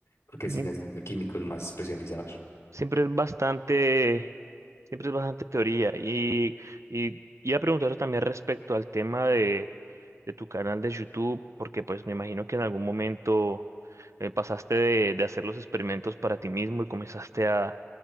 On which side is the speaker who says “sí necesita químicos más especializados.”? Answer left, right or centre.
Left